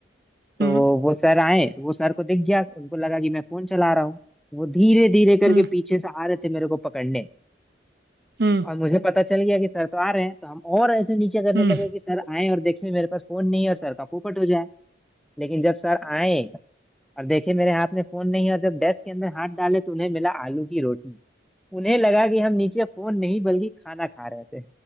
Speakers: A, in the centre; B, on the right.
A: तो
B: हम्म
A: वो सर आए वो सर को दिख गया उनको लगा कि मैं फोन चला रहा हूँ वो धीरे धीरे करके
B: हम्म
A: पीछे से आ रहे थे मेरे को पकड़ने
B: हम्म
A: और मुझे पता चल गया कि सर तो आ रहे हैं तो हम और ऐसे नीचे करने
B: हम्म,
A: लगे कि सर आए और देखें मेरे पास फोन नहीं है और सर का पोपट हो जाए लेकिन जब सर आए और देखे मेरे हाथ में फोन नहीं है और जब डेस्क के अंदर हाथ डाले तो उन्हें मिला आलू की रोटी उन्हें लगा कि हम नीचे फोन नहीं बल्कि खाना खा रहे थे